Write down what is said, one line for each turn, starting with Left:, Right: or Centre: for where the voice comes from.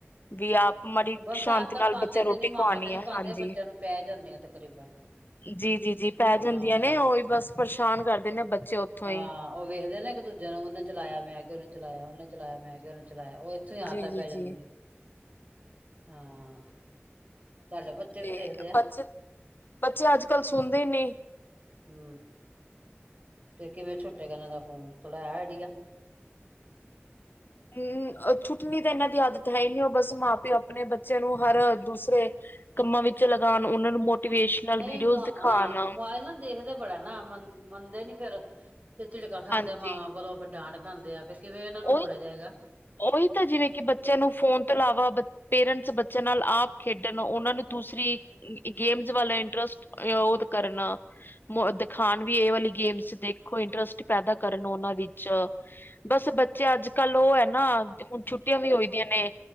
Left: ਵੀ ਆ ਮਾੜੀ
Right: ਬਸ
Left: ਸ਼ਾਂਤੀ
Right: ਆਦਤਾਂ
Left: ਨਾਲ
Right: ਪਾਉਂਦੇ
Left: ਬੱਚਾ
Right: ਤੇ
Left: ਰੋਟੀ
Right: ਨੀ ਮਾਵਾਂ
Left: ਖਵਾਉਣੀ
Right: ਤੇ ਨੀ
Left: ਹੈ
Right: ਪਾਉਂਦੇ
Left: ਹਾਂਜੀ
Right: ਬੱਚਿਆਂ ਨੂੰ ਪੈ ਜਾਂਦੀਆਂ ਤਕਰੀਬਨ
Left: ਜੀ ਜੀ ਜੀ ਪੈ ਜਾਂਦੀਆਂ
Right: ਹਾਂ
Left: ਨੇ ਉਹੀ ਬਸ ਕਰਦੇ ਨੇ ਬੱਚੇ ਉੱਥੋਂ
Right: ਹਾਂ
Left: ਹੀ
Right: ਉਹ ਵੇਖਦੇ ਨਾ ਇੱਕ ਦੂਜੇ ਨੂੰ ਉਹਨੇ ਚਲਾਇਆ ਮੈਂ ਕਿਹਾ ਉਹਨੇ ਚਲਾਇਆ ਉਹਨੇ ਚਲਾਇਆ ਮੈਂ ਕਿਹਾ ਉਹਨੇ ਚਲਾਇਆ ਉਹ ਇੱਥੋਂ ਹੀ ਆਦਤਾਂ
Left: ਜੀ ਜੀ
Right: ਪੈ
Left: ਜੀ
Right: ਜਾਂਦੀਆਂ ਹਾਂ ਤੁਹਾਡੇ ਬੱਚੇ
Left: ਤੇ
Right: ਵੀ ਦੇਖਦੇ ਆ
Left: ਬੱਚੇ ਬੱਚੇ ਅੱਜ ਕੱਲ੍ਹ ਸੁਣਦੇ ਨੀ
Right: ਹੂੰ ਫਿਰ ਕਿਵੇਂ ਛੋਟੇ <unintelligible> ਫੋਨ ਥੋੜਾ ਹੈ ਆਈ ਡੀਆ
Left: ਹੂੰ ਛੁੱਟਣੀ ਤਾਂ ਇਹਨਾਂ ਦੀ ਆਦਤ ਹੈ ਹੀ ਨੀ ਉਹ ਬਸ ਮਾਂ ਪਿਓ ਆਪਣੇ ਬੱਚਿਆਂ ਨੂੰ ਹਰ ਦੂਸਰੇ ਕੰਮਾਂ ਵਿੱਚ ਲਗਾਉਣ ਉਹਨਾਂ ਨੂੰ ਮੋਟੀਵੇਸ਼ਨਲ
Right: ਨਹੀਂ
Left: ਵੀਡੀਓਜ਼
Right: ਹਾਂ
Left: ਦਿਖਾਉਣ
Right: ਮੋਬਾਇਲ ਨਾ ਦੇਖਦੇ ਬੜਾ ਨਾ ਮੰਨਦੇ ਨੀ ਫਿਰ ਤੇ ਝਿੜਕਾ ਖਾਂਦੇ
Left: ਹਾਂਜੀ
Right: ਮਾਵਾਂ ਕੋਲੋਂ ਫਿਰ ਡਾਂਟ ਖਾਂਦੇ ਆ ਫਿਰ ਕਿਵੇਂ ਉਹਨਾਂ ਨੂੰ ਮੋੜਿਆ
Left: ਉਹੀ
Right: ਜਾਏਗਾ
Left: ਉਹੀ ਤਾਂ ਜਿਵੇਂ ਕਿ ਬੱਚਿਆਂ ਨੂੰ ਫੋਨ ਤੋਂ ਇਲਾਵਾ ਪੇਰੈਂਟਸ ਬੱਚਿਆਂ ਨਾਲ ਆਪ ਖੇਡਣ ਉਹਨਾਂ ਨੂੰ ਦੂਸਰੀ ਗੇਮਜ਼ ਵਾਲਾ ਇੰਟਰਸਟ ਉਹ ਕਰਨਾ <unintelligible> ਦਿਖਾਉਣ ਵੀ ਇਹ ਵਾਲੀ ਗੇਮ ਦੇਖੋ ਇੰਟਰਸਟ ਪੈਦਾ ਕਰਨ ਉਹਨਾਂ ਵਿੱਚ ਬਸ ਬੱਚੇ ਅੱਜ ਕੱਲ ਉਹ ਹੈ ਨਾ ਹਾਂ ਤੇ ਹੁਣ ਛੁੱਟੀਆਂ ਵੀ ਹੋਈ ਦੀਆਂ ਨੇ